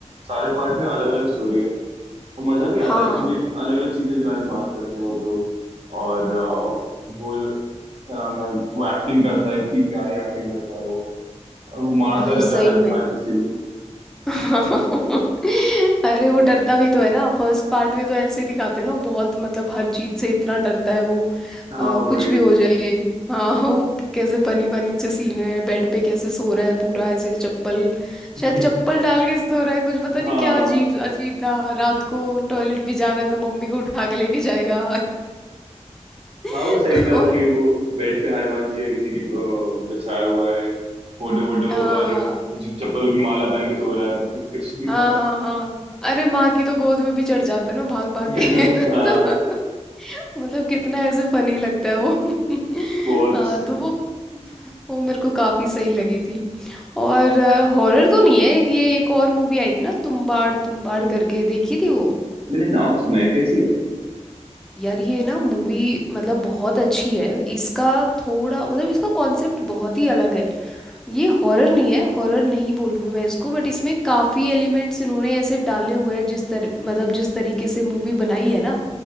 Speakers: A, on the right (about 55°); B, in the centre.
A: सारे पार्ट में अलग अलग स्टोरी है और मजा भी आता
B: हाँ
A: है क्योंकि अलग अलग चीजों के बारे में बात करते हैं वो लोग और अ, वो क्या नाम है वो एक्टिंग करता है इतनी प्यारी एक्टिंग करता है वो और वो मारता
B: भाई
A: रहता
B: सही
A: है हर
B: में
A: हर किसी को
B: <laughs> अरे वो डरता भी तो है ना फर्स्ट पार्ट में तो ऐसे ही दिखाते हैं ना वो बहुत मतलब हर चीज से इतना डरता है वो
A: हाँ
B: अ,
A: वही
B: कुछ भी हो जाए हाँ वो क- कैसे फनी फनी से सीन है बेड पे कैसे सो रहा है पूरा ऐसे चप्पल
A: <laughs>
B: शायद चप्पल डाल के सो रहा है कुछ पता नहीं
A: हाँ
B: क्या अजीब अजीब था रात को टॉयलेट भी जाना है तो मम्मी को उठा के लेके जाएगा <laughs>
A: हाँ वो सही था
B: और
A: कि वो बेड पे हनुमान जी या किसी की अ, बिछाया हुआ है फोटो वोटो
B: हाँ
A: और जो चप्पलों की माला पहन के सो रहा है पता नहीं कुछ भी
B: हाँ
A: था
B: हाँ हाँ अरे माँ की तो गोद में भी चढ़ जाते हैं ना भाग भाग
A: <laughs>
B: के <laughs> मतलब
A: हाँ
B: मतलब कितना ऐसे फनी लगता है वो <laughs>
A: बहुत
B: हाँ
A: सही
B: तो वो वो मेरे को काफी सही लगी थी और हॉरर तो नहीं है कि ये एक और मूवी आई थी ना तुम्बाड़ तुम्बाड़ करके देखी थी वो
A: मैंने नाम सुना है कैसी है
B: यार ये ना मूवी मतलब बहुत अच्छी है इसका थोड़ा मतलब इसका कॉन्सेप्ट बहुत ही अलग है ये हॉरर नहीं है हॉरर नहीं बोलूँगी मैं इसको बट इसमें काफ़ी एलिमेंट्स इन्होंने ऐसे डाले हुए हैं जिस तर मतलब जिस तरीके से मूवी बनाई है ना